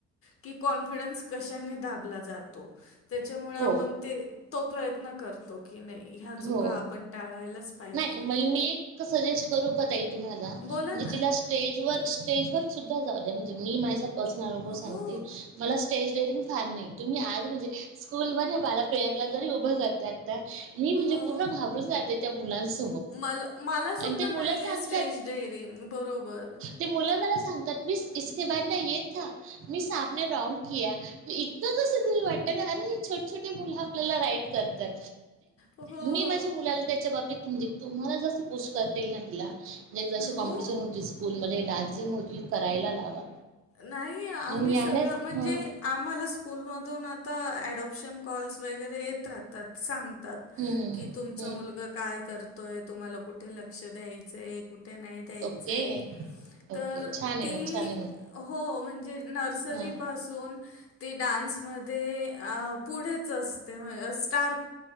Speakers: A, on the left; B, on the right.
A: की कॉन्फिडन्स कशाची दाबला जा - जातो त्याच्यामुळे आपण
B: हो
A: ते तो प्रयत्न करतो की नाही ह्या चुका
B: हो
A: आपण टाळायलाच पाहिजे.
B: नाही मी एक सजेस्ट करू का ताई तुम्हाला म्हणजे
A: बोला ना.
B: तिला स्टेज व स्टेज वर सुद्धा जाऊ द्या म्हणजे मी माझा पर्सनल अनुभव सांगते
A: हो,
B: मला स्टेज डेअरिंग फार नाही तुम्ही आज म्हणजे स्कूल मध्ये मला प्रेअरला जरी उभं करतात ना मी म्हणजे
A: हो.
B: पूर्ण घाबरून जाते त्या मुलांस
A: मला मलासुद्धा
B: ते मु
A: नाही
B: सांगतात
A: आहे स्टेज डेअरिंग. बरोबर.
B: ते मु म स <unintelligible> स बा ना य मिस आपने रॉग इतका का <unintelligible> अरे छोटं, छोटं, मुलं आपल्याला राईट करतात.
A: हो.
B: मी माझ्या मुलाला त्याच्या बाबतीत, म्हणजे तुम्हाला जस पोस् करतेल ना तिला नेक्ट जशी कॉम्पिटिशन
A: हो.
B: होतील, स्कूल मध्ये डान्सिंग होतील, करायला लावा.
A: नाही, आम्ही
B: आणि यानेच
A: सगळ म्हणजे
B: ह
A: आम्हाला स्कूल मधून आता अँडाँप्शन काँल वगैरे येत ात, सांगतात,
B: हम्म हम्म
A: की तुमचा
B: हम्म
A: मुलगा काय करतोय तुम्हाला कुठे लक्ष द्यायचंय? कुठे नाही द्यायचंय?
B: ओके ओके
A: तर
B: छान आहे
A: ती
B: ना छान आहे
A: हो म्हणजे नर्सरी
B: ह
A: पासून डानस मधे पुढ अस स्टार